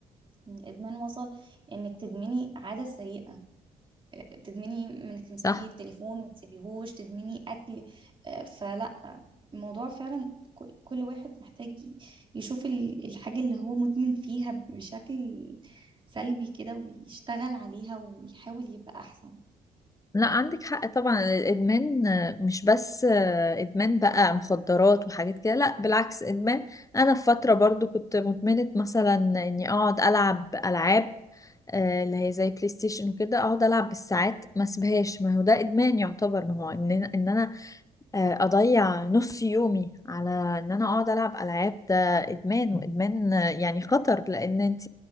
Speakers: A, on the right; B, on the left.
A: إن الإدمان وصل إنك تدمني عادة سيئة تدمني إنك تمسكي
B: صح
A: التليفون ما تسيبيهوش تدمني أكل آه، فلا الموضوع فعلا كل كل واحد محتاج يشوف ال- الحاجة اللي هو مدمن فيها بشكل سلبي كده ويشتغل عليها ويحاول يبقى أحسن
B: لا عندك حق طبعا الادمان مش بس ادمان بقى مخدرات وحاجات كده لا بالعكس ادمان انا في فتره برضو كنت مدمنه مثلا اني اقعد العب العاب آه، اللي هي زي بلاي ستيشن وكده اقعد العب بالساعات ما اسيبهاش ما هو ده ادمان يعتبر ما هو ان انا إن أنا، آه، اضيع نص يومي على ان انا اقعد العب العاب ده ادمان وادمان آه، يعني خطر لان انت